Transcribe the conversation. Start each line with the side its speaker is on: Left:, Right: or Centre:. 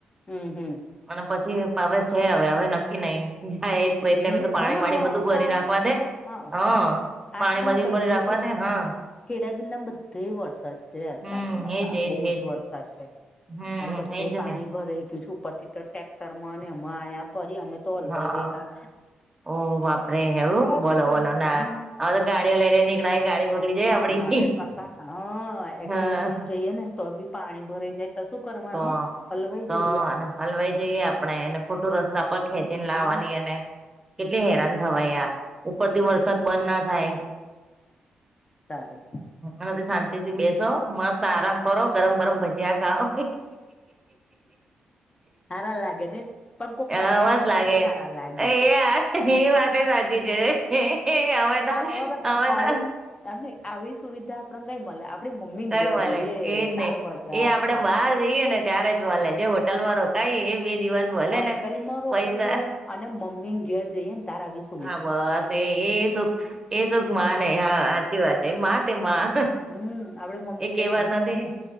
Left: હમ હમ.
Right: અને પછી બાવે છે હવે હવે નક્કી નઈ. થા એજ
Left: હમ
Right: ભઈ એટલે
Left: હમ
Right: પાણી
Left: હા
Right: પાણી બધું ભરી
Left: તારે
Right: નાખવા દે
Left: હા
Right: હ. પાણી
Left: આખા
Right: બધી
Left: બધે
Right: પળી રાખવા દે હા.
Left: ખેડા જિલ્લામાં બધે વરસાદ છે અતાર
Right: હમ
Left: તો બાકા
Right: એજ એજ
Left: બહુ
Right: એજ
Left: જ વરસાદ છે.
Right: હમ
Left: અરે બધે
Right: એજ
Left: પાણી
Right: ને
Left: ભરાઈ ગયું છેું ઉપર થી તો ટેક્ટર માં એમાં આયા ફરી અમે તો હલવાઈ
Right: હા
Left: ગયેલા.
Right: ઓ બાપરે હવું
Left: ત
Right: બોલો
Left: શું કરવાનું
Right: બોલો ના તો ગાડીઓ લઈને નીકળ ગાડી. બગડી જાય આપડી
Left: નારે બાપા હા એક્ટિવા
Right: હા
Left: લઈને જઈએે ને તો બી પાણી ભરાઈ જાય. તો શું કરવાનું
Right: તો
Left: હલવાઈ
Right: તો
Left: જઈએ.
Right: અને હલવાઈ જઈએ આપણે એને ખોટું રસ્તા પર ખેંચીને
Left: હમ
Right: લાવવાની એને. કેટલી
Left: હમ
Right: હેરાન થવાય યાર ઉપરથી વરસાદ બંધ ના થાય.
Left: સારૂ.
Right: હવેથી શાંતિ થી બેસો મસ્ત આરામ કરો ગરમ ગરમ ભજીયા ખાઓ. <inaudible>
Left: હારા લાગે ને પણ કોક
Right: હ
Left: બનાવીને
Right: મસ
Left: આલે
Right: લાગેયાર
Left: તો હારા લાગે
Right: એ વાત સાચી છે. એ આવે ત
Left: આપણા
Right: આવે
Left: આવી
Right: ત.
Left: એમ નઈ આવી સુવિધા આપડને કઈ મળે આપડી મમ્મી
Right: કયું
Left: ગ
Right: મલે
Left: એ
Right: એજ
Left: તાર
Right: ને
Left: મજા
Right: એ
Left: આવે.
Right: આપડે
Left: ખાવાની
Right: બહાર જઈએ ને ત્યારે જ મળલે જે હોટલમાં રોકાય એ બે દિવસ. મલે
Left: હા
Right: ને
Left: ટલમરો
Right: પૈસા
Left: કહીએ અને મમ્મી ને ઘેર જઈએ ને તારા વિશે.
Right: હા બસ એ એ સુખ એ સુખ માં ને હા સાચી વાત છે મા તે માં.
Left: હમ આપડે મમ્મી
Right: એ
Left: ને ક
Right: કહેવત
Left: ભાઈ
Right: નથી
Left: મમ્મી.